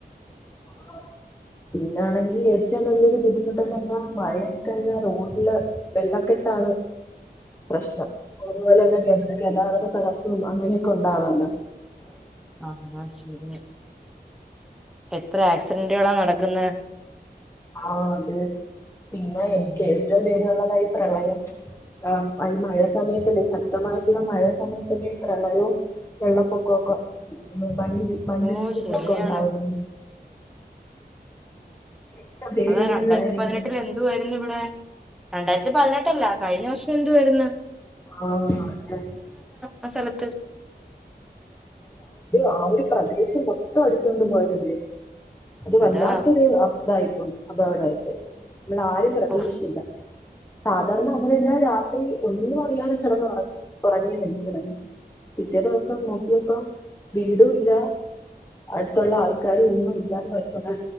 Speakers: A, on the left (about 15°); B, in the centre.
A: <unintelligible> പിന്നണെങ്കി ഏറ്റവും വലിയൊരു ബുദ്ധിമുട്ട <unintelligible> മഴയൊകെ റോട്ടില് വെള്ളകെ ട്ടാണ് പ്രശ്നം അതുപോലെ ന്നെ ഗ ഗതാഗത തടസ്സും അങ്ങനെയൊക്കെ ഒണ്ടാവാന്ന്
B: ആഹ ശരിയ എത്ര ആക്സിഡന്റുകളാ നടക്കുന്നെ.
A: ആ അത് പിന്നെ എനിക്ക്
B: ഉം
A: ഏറ്റവും പേടിയുള്ളതാ ഈ പ്രളയം. ആ മഴ സമയത്തല്ലേ ശക്തമായിട്ടുള്ള മഴ സമയത്തല്ലേ പ്രളയോം വെള്ളപ്പൊകോകോ മണ്ണില് മണ്ണിടിച്ചിലൊക്കെ
B: ഓ ശരിയാണ്
A: ഉണ്ടാാവുന്നു. ഏറ്റവും പേടിയുള്ളൊരു
B: അതാ രണ്ടായിരത്തി
A: കാര്യാണ്
B: പതിനെട്ടിൽ എന്തു ആരുന്നു ഇവിടെ? രണ്ടായിരത്തി പതിനെട്ടല്ല കഴിഞ്ഞ വർഷം എന്തുവാരുന്ന്
A: ആഹ് അതെ <unintelligible>
B: ആ സ്ഥലത്ത്
A: ആ ഒരു പ്രദേശം മൊത്തം അടിചോണ്ട് പോയതല്ലേ അത് വല്ലാത്തൊരു
B: അതാ
A: ഇതായിപ്പും അതവാടായി പോയി മ്മൾ ആരേം പ്രതീക്ഷിച്ചില്ല.
B: ഓ
A: സാധാരണ അവരെല്ലാ രാത്രി ഒന്നും അറിയാതെ കിടന്ന് ഉറങ്ങി ഉറങ്ങി <unintelligible> പിറ്റേ ദിവസം നോക്കിയപ്പം വീടുല്ല അടുത്തുള്ള ആൾക്കാര് ഒന്നും ഇല്ലാതെ <unintelligible>